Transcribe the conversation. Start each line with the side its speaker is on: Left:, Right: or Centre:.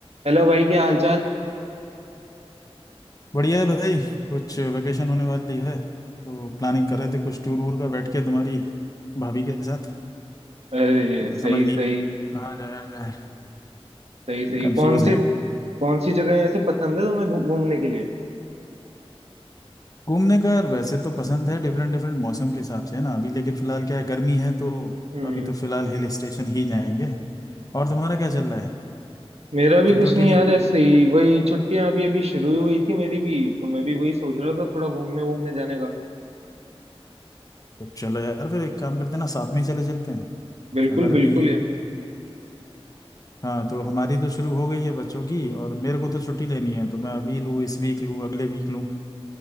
Right: Hello भाई क्या हालचाल
Left: बढ़िया है भाई कुछ वेकेशन होने वाली है तो प्लानिंग कर रहे थे कुछ टूर वूर का बैठ के तुम्हारी भाभी के साथ
Right: अरे
Left: अ,
Right: सही
Left: समझ नहीं
Right: सही
Left: कहाँ जाया जाए
Right: सही सही
Left: कंफ्यूज
Right: कौन
Left: हैं
Right: सी कौन सी जगह ऐसे पसंद है तुम्हें घू- घूमने के लिए
Left: घूमने का वैसे तो पसंद है डिफरेंट डिफरेंट मौसम के हिसाब से है ना अभी लेकिन फिलहाल क्या है गर्मी है तो
Right: हम्म
Left: अभी तो फिलहाल हिल स्टेशन ही जाएंगे और तुम्हारा क्या चल रहा है
Right: मेरा भी
Left: छुट्टी
Right: कुछ
Left: उट्टी
Right: नहीं
Left: नहीं
Right: यार
Left: हुई?
Right: ऐसे ही वही छुट्टियां अभी अभी शुरू ही हुई थी मेरी भी तो मैं भी वही सोच रहा था थोड़ा घूमने घूमने जाने का
Left: तो चलो यार फिर एक काम करते हैं ना साथ में ही चले चलते हैं
Right: बिल्कुल
Left: अगर
Right: बिल्कुल
Left: अभी
Right: यार
Left: हाँ तो हमारी तो शुरू हो गई है बच्चों की और मेरे को तो छुट्टी लेनी है तो मैं अभी लूँ इस वीक लूँ अगले वीक लूँ